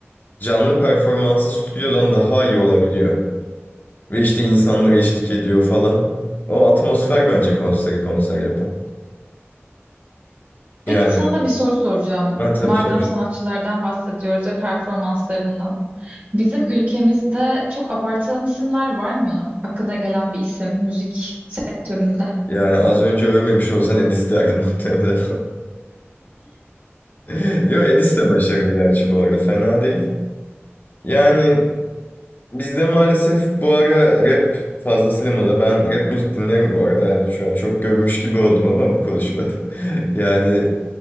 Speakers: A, on the left; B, on the right.
A: Canlı performansı stüdyodan daha iyi olabiliyor. Ve işte insanlar eşlik ediyor falan. O atmosfer bence konseri konser yapan.
B: Peki
A: Yani
B: sana bir soru soracağım.
A: ben tabii
B: Madem
A: soracağım.
B: sanatçılardan bahsediyoruz ve performanslarından. Bizim ülkemizde çok abartılan isimler var mı? Aklına gelen bir isim müzik sektöründe.
A: Yani az önce övmemiş olsan Edis derdim muhtemelen. <laughs> Yo Edis de başarılı gerçi bu arada fena değil. Yani bizde maalesef bu ara rap fazlasıyla moda. Ben rap müzik dinlerim bu arada. Yani şu an çok gömmüş gibi oldum ama bu konuşmada. <laughs> Yani